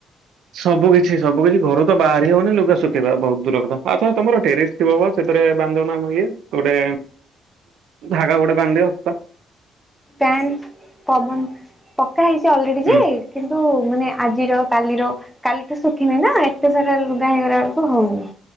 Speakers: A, on the right; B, in the centre.
A: ସବୁ କିଛି ସବୁ କିଛି ଘରୁ ତ ବାହାରି ହଉନି ଲୁଗା ଶୁଖେଇବା ବହୁତ ଦୂର କଥା, ଆଛ ତମର ଟେରିସ ଥିବ ସେଥିରେ ବାନ୍ଧି ଦଉନ ଇଏ ଗୋଟେ ଧାଗା ଗୋଟେ ବାନ୍ଧଦିଅ।
B: ପ୍ୟାନ୍ ପବନ ପକ୍କା ହେଇଛି ଅଲରେଡି
A: ହୁଁ
B: ଯେ କିନ୍ତୁ ମାନେ ଆଜିର କାଲିର କାଲି ଠୁ ଶୁଖିନି ନା ଏତ୍ ତେ ସାରା ଲୁଗା ହେଇଗଲା ବେଳକୁ ହଉନି।